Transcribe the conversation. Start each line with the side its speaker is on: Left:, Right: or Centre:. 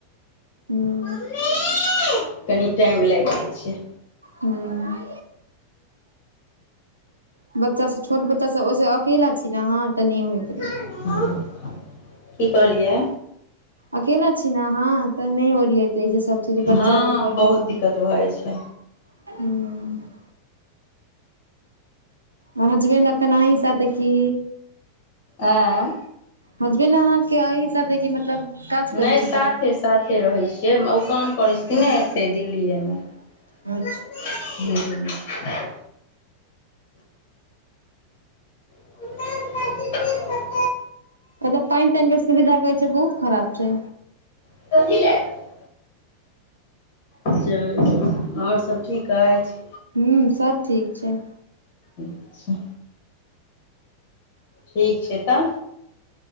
Right: हूँ
Left: मम्मीइ। कनि टाइम लाइग जाय छै
Right: हुँ <inaudible> बच्चा सब छोट बच्चा सब ओय सँ अकेला छी नऽ अहाँ तऽ नय होइत रहै
Left: <inaudible> की कहलियै
Right: अकेला छी नऽ अहाँ तऽ नय ओरियातइ रहै छै सब चीज बच्चा
Left: हँ
Right: खाय
Left: बहुत
Right: मे
Left: दिक्कत भऽ जाइ छै
Right: हुँ पहुचबै अखैन आही साथे की
Left: अएऽ
Right: हजबेन अहाँकेँ अहि साथे की मतलब काज
Left: नय
Right: करै छथिन
Left: साथे - साथे रहै छियै ओ काम करै
Right: अच्छा
Left: छथिन नऽ एत्तै दिल्लीये मे
Right: <unintelligible>
Left: हुँ <inaudible>
Right: ओमने पाइन ताइन केँ सुविधा कहै छै बहुत खराब छै
Left: <inaudible> <unintelligible> आओर सब ठीक अछि
Right: हुँ सब ठीक छै
Left: अच्छऽ ठीक छै तऽ